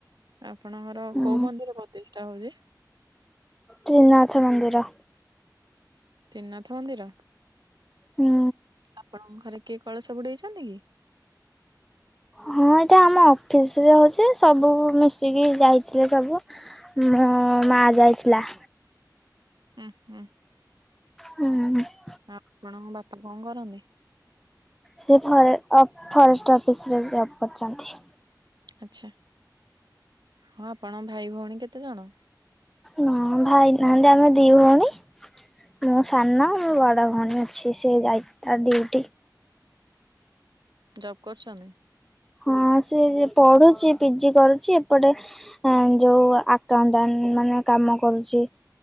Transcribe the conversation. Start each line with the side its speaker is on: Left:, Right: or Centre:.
Right: ଆପଣଙ୍କର
Centre: ହୁଁ
Right: କୋଉ ମନ୍ଦିର ପ୍ରତିଷ୍ଠା ହଉଛି?
Centre: ତ୍ରିନାଥ ମନ୍ଦିର।
Right: ତ୍ରିନାଥ ମନ୍ଦିର,
Centre: ହୁଁ
Right: ଆପଣଙ୍କ ଘରେ କିଏ କଳସ ବୁଡେଇଛନ୍ତି କି?
Centre: ହଁ ଏଇଟା ଆମ ଅଫିସ୍ ରେ ହଉଛି ସବୁ ମିଶିକି ଯାଇଥିଲେ ସବୁ। ମୋ ମା ଯାଇଥିଲା।
Right: ଉଁ -ହୁଁ।
Centre: ହୁଁ-ହୁଁ-ହୁ
Right: ଆଉ ଆପଣଙ୍କ ବାପା କଣ କରନ୍ତି?
Centre: ସେ ଫରେ ଅପ୍ ଫରେଷ୍ଟ ଅଫିସ୍ ରେ ଜବ୍ କରିଚନ୍ତି।
Right: ଆଛା, ହଁ ଆପଣଙ୍କ ଭାଇ ଭଉଣୀ କେତେ ଜଣ?
Centre: ନାଁ ଭାଇ ନାହାନ୍ତି ଆମେ ଦି ଭଉଣୀ। ମୁଁ ସାନ ମୋ ବଡ ଭଉଣୀ ଅଛି ସେ ଯାଇଛି ତା ଡିଉଟି।
Right: ଜବ୍ କରୁଚନ୍ତି?
Centre: ହଁ ସିଏ ପଡୁଚି ପିଜି କରୁଚି ଏପଟେ ହଁ ଯୋଉ ଆକାଉଣ୍ଟ ମାନେ କାମ କରୁଚି।